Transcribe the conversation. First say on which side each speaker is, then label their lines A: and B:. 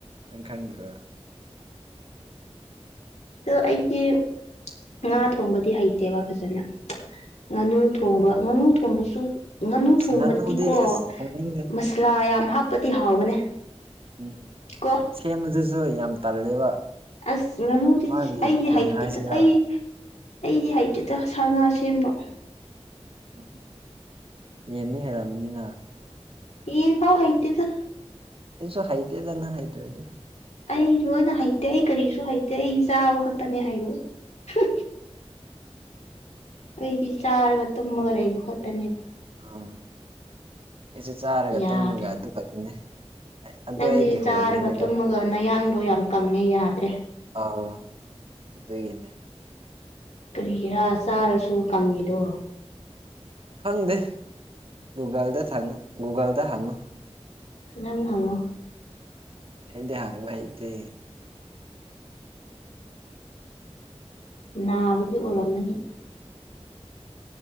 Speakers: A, on the right; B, on the left.
A: ꯅꯪ ꯈꯪꯗ꯭ꯔꯣ
B: ꯇꯣ ꯑꯩꯗꯤ ꯉꯥ ꯊꯣꯡꯕꯗꯤ ꯍꯩꯇꯦꯕ ꯐꯖꯅ ꯉꯥꯅꯨ ꯊꯣꯡꯕ ꯉꯥꯅꯨ ꯊꯣꯡꯕꯁꯨ ꯉꯥꯅꯨ
A: ꯑꯁ
B: ꯊꯣꯡꯕꯗꯤꯀꯣ
A: ꯉꯥꯅꯨꯗꯤ ꯑꯁ ꯊꯣꯡꯅꯤꯡꯗꯦ
B: ꯃꯁꯂꯥ ꯌꯥꯝ ꯍꯥꯞꯄꯗꯤ ꯍꯥꯎꯕꯅꯦ
A: ꯎꯝ
B: ꯀꯣ
A: ꯁꯦꯝꯕꯗꯨꯁꯨ ꯌꯥꯝ ꯇꯜꯂꯦꯕ
B: ꯑꯁ ꯉꯥꯅꯨꯗꯤ
A: ꯃꯥꯒꯤ
B: ꯑꯩꯗꯤ
A: ꯀꯔꯤ
B: ꯍꯩꯇꯦꯗ
A: ꯍꯥꯏꯁꯤꯔꯥ
B: ꯑꯩ ꯑꯩꯗꯤ ꯍꯩꯇꯦꯗ ꯁꯥ ꯉꯥ ꯁꯦ ꯁꯦꯝꯕ
A: ꯎꯝ ꯌꯦꯟꯅꯤ ꯍꯩꯔꯔꯕꯅꯤꯅ
B: ꯌꯦꯟꯐꯥꯎꯍꯩꯇꯦꯗ
A: ꯑꯩꯁꯨ ꯍꯩꯇꯦꯗ ꯅꯪ ꯍꯥꯏꯇ꯭ꯔꯗꯤ
B: ꯑꯩ ꯂꯣꯏꯅ ꯍꯩꯇꯦ ꯑꯩ ꯀꯔꯤꯁꯨ ꯍꯩꯇꯦ ꯑꯩ ꯆꯥꯕ ꯈꯛꯇꯅꯦ ꯍꯩꯕ ꯍ ꯑꯩꯗꯤ ꯆꯥꯔꯒ ꯇꯨꯝꯃꯒ ꯂꯩꯕ ꯈꯛꯇꯅꯤꯗ
A: ꯎꯝ ꯑꯩ ꯆꯥꯛ ꯆꯥꯔꯒ
B: ꯌꯥꯗꯦ
A: ꯇꯨꯝꯃꯒ ꯑꯗꯨ ꯈꯛꯇꯅꯦ ꯑꯗꯨ
B: ꯅꯪꯗꯤ
A: ꯑꯩꯒꯤ
B: ꯆꯥꯔꯒ
A: ꯍꯣꯕꯤꯅꯦꯕ
B: ꯇꯨꯝꯃꯒ ꯅꯌꯥꯡꯗꯣ ꯌꯥꯝ ꯀꯪꯉꯦ ꯌꯥꯗ꯭ꯔꯦ
A: ꯑꯥ ꯑꯗꯨꯒꯤꯅꯦ
B: ꯀꯔꯤꯒꯤꯔꯥ
A: ꯌꯥꯗ꯭ꯔꯦ
B: ꯆꯥꯔꯁꯨ ꯀꯪꯉꯤꯗꯣ
A: ꯈꯪꯗꯦ ꯒꯨꯒꯜꯗ ꯊꯪ ꯒꯨꯒꯜꯗ ꯍꯪꯉꯨ
B: ꯅꯪ ꯍꯪꯉꯣ
A: ꯑꯩꯗꯤ ꯍꯪꯕ ꯍꯩꯇꯦ
B: ꯅꯥꯕꯒꯤ ꯑꯣꯏꯔꯝꯃꯅꯤ